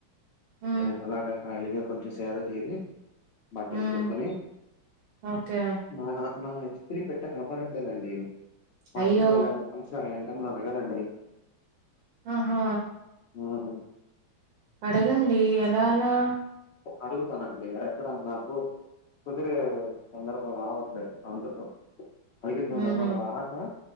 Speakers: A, on the right; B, on the left.
A: హ్మ్.
B: రేపు అలాగా ఖాళీగా కొంచెం సేద తీరి బట్టలు
A: హ్మ్.
B: ఉతుక్కొని
A: ఓకే
B: నా నా ఇస్తరీ పెట్ట కనపడట్లేదండి హాస్టల్
A: అయ్యో!
B: వాళ్ళు ఏవన్న తీసారా ఏంటని అడగాలండి
A: ఆహా
B: ఆ
A: అడగండి ఎలా అలా
B: అడుగుతానండి ఎక్కడ నాకు కుదిరే సందర్భం రావట్లేదు అంటుడు అడిగే సందర్భం
A: హ్మ్.
B: రాక